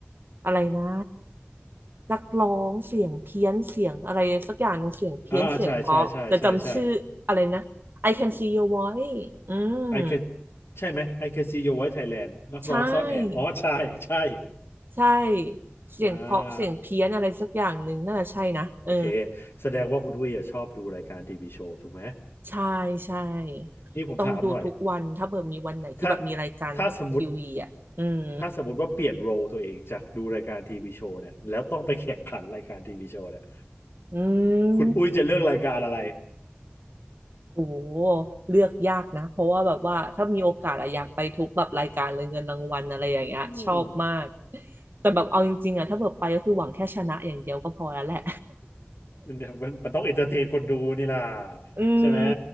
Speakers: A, on the right (about 55°); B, on the left (about 65°).
A: อะไรนะนักร้องเสียงเพี้ยนเสียงอะไรสักอย่างหนึ่งเสียงเพี้ยนเสียงเพราะจะจำชื่ออะไรนะ
B: อ่าใช่ใช่ใช่ใช่ใช่
A: I can see your voice อืม
B: ไอแคใช่ไหมไอแคซีโยไว้ไทยแลนด์นักร้องซ่อนแอบอ๋อใช่
A: ใช่
B: <laughs> ใช่
A: ใช่เสียงเพราะเสียงเพี้ยนอะไรสักอย่างหนึ่งน่าจะใช่นะเออ
B: อ่าโอเคแสดงว่าคุณอุ้ยอะชอบดูรายการทีวีโชว์ถูกไหม
A: ใช่ใช่
B: นี่ผมถามหน่อย
A: ต้องดูทุกวันถ้าเบิดมีวันไหนที่แบบมีรายการทีวีอ่ะอืม
B: ถ้าถ้าถ้าสมมติถ้าสมมติว่าเปลี่ยนโรลตัวเองจากดูรายการทีวีโชว์เนี่ยแล้วต้องไปแข่งขันรายการทีวีโชว์เนี่ย
A: อืม
B: คุณอุ้ยจะเลือกรายการอะไร
A: โอ้โหเลือกยากนะเพราะว่าแบบว่าถ้ามีโอกาสอะอยากไปทุกแบบรายการเลยเงินรางวัลอะไรอย่างเงี้ยชอบมาก
B: อืม
A: แต่แบบเอาจริงๆอะถ้าแบบไปก็คือหวังแค่ชนะอย่างเดียวก็พอแล้วแหละ
B: มันมันมันต้องเอนเตอร์เทนคนดูนี่ล่ะ
A: <laughs> อืม
B: ใช่ไหม